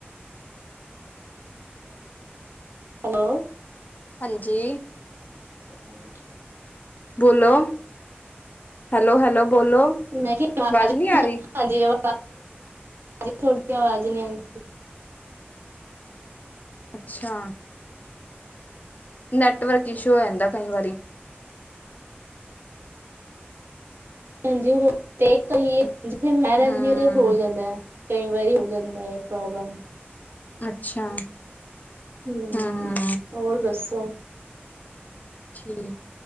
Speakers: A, on the right; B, on the left.
A: ਹੈਲੋ
B: ਹਾਂਜੀ,
A: ।।।
B: ਬੋਲੋ, ਹੈਲੋ, ਹੈਲੋ ਬੋਲੋ।
A: ਮੈਂ ਕਿਹਾਵਾ
B: ਆਵਾਜ਼
A: ਹਾਂਜੀ,
B: ਨਹੀਂ ਆ
A: ਆਵਾ ਨ
B: ਰਹੀ
A: ਆਂਦੀ ਹ ਤੁਹਾਡੀ। ਆਵਾਜ਼ ਨੀ ਆਂਦੀ।
B: ਅੱਛਾ ਨੈਟਵਰਕ ਇਸ਼ੂ ਹੋ ਜਾਂਦਾ ਕਈ ਵਾਰੀ।
A: ਹਾਂਜੀ ਹੋ ਤੇ ਕਈ, ਜਿੱਥੇ ਮੈਂ ਰਹਿੰਦੀ
B: ਹਮ
A: ਆ ਹੋ ਜਾਂਦਾ ਐ। ਕਈ ਵਾਰੀ ਹੋ ਜਾਂਦਾ ਐ ਪ੍ਰੋਬਲਮ।
B: ਅੱਛਾ।
A: ਹਮ,
B: ਹੂੰ
A: ਹੋਰ ਦੱਸੋ?
B: ਠੀਕ,